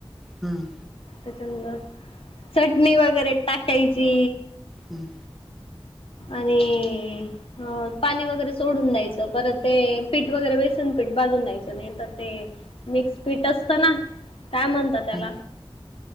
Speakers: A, in the centre; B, on the left (about 65°).
A: हम्
B: त्याच्यांदर चटणी वगैरे टाकायची.
A: हम्म
B: आणि अ पाणी वगैरे सोडून द्यायचं परत ते पीठ वगैरे बेसन पीठ बाजून द्यायचं नाही तर ते मिक्सपीट असत ना काय म्हणत त्याला.
A: हम्म.